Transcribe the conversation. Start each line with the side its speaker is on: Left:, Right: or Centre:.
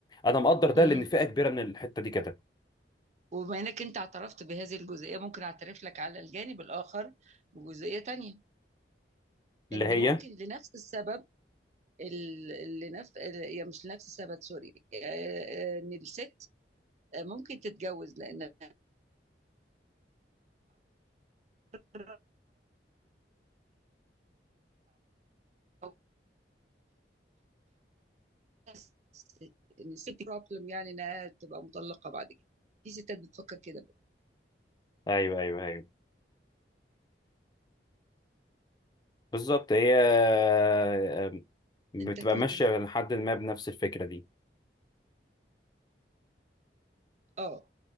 Left: انا مقدر ده
Right: مهم.
Left: لان فئه كبيره من الحته دي كده
Right: وبما إنك أنت اعترفت بهذه الجزئية ممكن أعترف لك على الجانب الآخر بجزئية تانية
Left: اللي
Right: إن
Left: هي
Right: ممكن لنفس السبب ال- اللي نفس يا مش لنفس السبب سوري آه، آه، ان الست آه، ممكن تتجوز لان أقرب أو حست ان الست بروبلم يعني انها تبقى مطلقه بعد كده في ستات بتفكر كده بقى.
Left: ايوه ايوه ايوه بالظبط هي آه، بتبقى
Right: انت تهتم
Left: ماشيه لحد ما بنفس الفكره دي
Right: اه